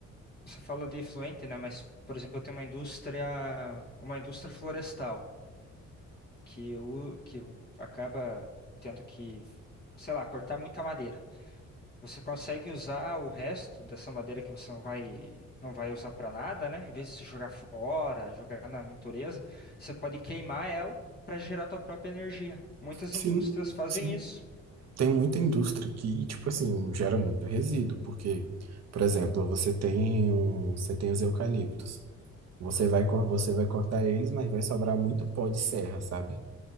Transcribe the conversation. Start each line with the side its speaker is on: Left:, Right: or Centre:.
Left: você fala de efluente, né? Mas, por exemplo, eu tenho uma indústria, uma indústria florestal. que o que o- acaba tendo que, sei lá, cortar muita madeira. Você consegue usar o resto dessa madeira que você não vai não vai usar para nada, né? Em vez de se jogar fora, jogar na natureza, você pode queimar ela para gerar tua própria energia. Muitas
Right: Sim,
Left: indústrias fazem
Right: sim.
Left: isso.
Right: Tem muita indústria que, tipo assim, gera muito resíduo. Porque, por exemplo, você tem um, você tem os eucaliptos. Você vai, cor- você vai cortar eles, mas vai sobrar muito pó de serra, sabe?